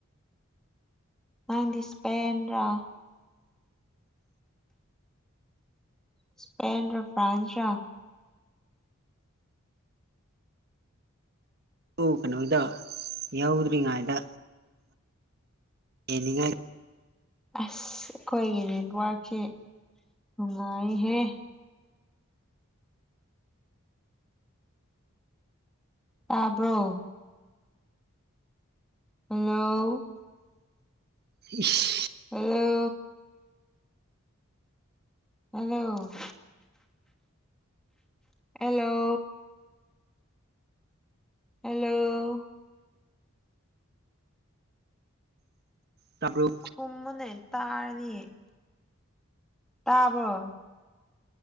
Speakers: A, in the centre; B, on the right.
A: ꯅꯪꯗꯤ ꯏꯁꯄꯦꯟ ꯔ ꯏꯁꯄꯦꯟ ꯔ ꯐ꯭ꯔꯥꯟꯁ ꯔ
B: ꯑꯗꯨ ꯀꯩꯅꯣꯗ ꯌꯥꯎꯗ꯭ꯔꯤꯉꯩꯗ ꯌꯦꯡꯅꯤꯡꯉꯥꯏ
A: ꯑꯁ ꯑꯈꯣꯏꯒꯤ ꯅꯦꯠꯋꯔꯛꯁꯦ ꯅꯨꯡꯉꯥꯏꯍꯦ ꯇꯥꯕ꯭ꯔꯣ ꯍꯜꯂꯣ
B: ꯏꯁ
A: ꯍꯜꯂꯣ ꯍꯜꯂꯣ ꯍꯜꯂꯣ ꯍꯜꯂꯣ
B: ꯇꯥꯕ꯭ꯔꯣ
A: ꯈꯨꯝꯃꯨꯅꯦ ꯇꯥꯔꯅꯤ ꯇꯥꯕ꯭ꯔꯣ